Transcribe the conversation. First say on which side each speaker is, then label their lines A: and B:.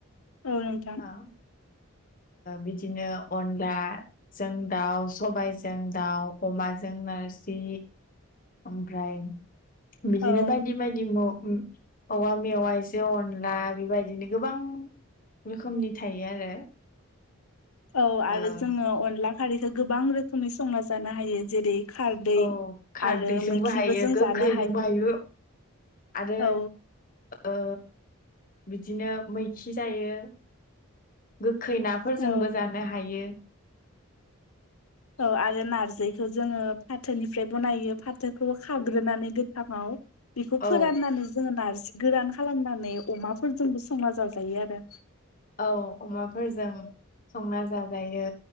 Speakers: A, on the left; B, on the left.
A: औ नोंथां
B: औ। बिदिनो अनलाजों दाउ सबायाइजों दाउ अमाजों नारजि ओमफ्राय बिदिनो
A: औ
B: बायदि बायदि म औवा मेवाजों अनला बेबायदिनो गोबां रोखोमनि थायो आरो।
A: औ आरो
B: ओ
A: जोङो अनला खारैखो गोबां रोखोमै संना जानो हायो जेरै खारदै
B: औ खारदैजों
A: आरो मैखिबो
B: हायो
A: जों
B: गोखैजोंबो
A: जानो
B: हायो। आरो
A: औ
B: ओ बिदिनो मैखि जायो गो खै नाफोरजोंबो
A: औ
B: जानो हायो।
A: औ आरो नारजिखौ जोङो फाथोनिफ्राय बनायो फाथोखौ खाग्रोनानै गोथाङाव बेखौ
B: औ
A: फोराननानै जोङो नारजि गोरान खालामनानै अमाफोरजोंबो संना जाजायो आरो।
B: औ अमाफोरजों संना जाजायो